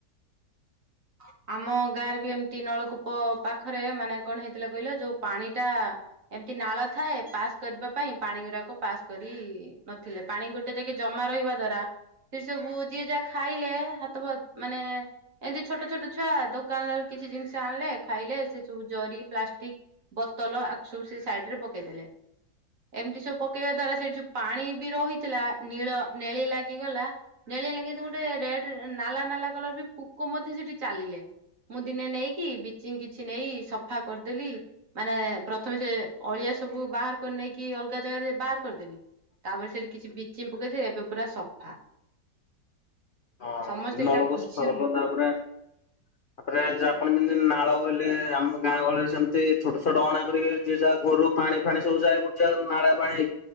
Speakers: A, on the right; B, on the left.
A: <inaudible> ଆମ ଗାଁ ରେ ବି ଏମିତି ନଳକୂପ ପାଖରେ ମାନେ କଣ ହେଇଥିଲା କହିଲ ଯୋଉ ପାଣି ଟା ଏମତି ନାଳ ଥାଏ ପାସ୍ କରିବା ପାଇଁ, ପାଣି ଗୁଡାକ ପାସ୍ କରି ନଥିଲେ, ପାଣି ଗୋଟେ ଯାଇକେ ଜମା ରହିବ ଦ୍ଵାରା ସେ ସବୁ ଯିଏ ଯାହା ଖାଇଲେ ହାତା ଫାତ ମାନେ ଏମତି ଛୋଟ ଛୋଟ ଛୁଆ, ଦୋକାନରେ କିଛି ଜିନିଷ ଆଣିଲେ, ଖାଇଲେ ସେ ସବୁ ଜରି ପ୍ଲାଷ୍ଟିକ ବୋତଲ ଆ ସବୁ ସେ ସାଇଡ ରେ ପକେଇଦେଲେ। ଏମିତି ସବୁ ପକେଇବା ଦ୍ଵାରା, ସେଠି ଯୋଉ ପାଣି ବି ରହିଥିଲା, ନୀଳ ନେଳି ଲାଗିଗଲା। ଖେଳିଲ କିନ୍ତୁ ଗୋଟେ, ରେଡ ନାଲା ନାଲା କଲର ବି ପୋକ ମଧ୍ୟ ସେଠି ଚାଲିଲେ। ମୁଁ ଦିନେ ନେଇକି ବିଚିଂ କିଛି ନେଇ ସଫା କରିଦେଲି ମାନେ ପ୍ରଥମେ ସେ ଅଳିଆ ସବୁ ବାହାର କରି ନେଇକି ଅଲଗା ଜାଗାରେ ବାହାର କରିଦେଲି। ତାପରେ ସେଠି କିଛି ବିଚିଂ ପକେଇ ଏବେ ପୁରା ସଫା
B: ହଁ
A: ସମସ୍ତେ ଏଇଟା
B: ନଳକୂଅ
A: ବୁଝୁନ
B: ସଫା କଲ, ତାପରେ
A: <inaudible>
B: ତାପରେ ଆପଣ ଯେମିତି ନାଳ ବୋଲି, ଆମ ଗାଁ ଗହଳିରେ ସେମିତି ଛୋଟ ଛୋଟ ଅଣା କରିବେ ଯିଏ ଯା ଘରୁ ସବୁ ପାଣି ଫାଣି ସବୁ ଯାଗାରେ ଗୋଟେ ଜାଗାରେ ନାଳିଆ ପାଣି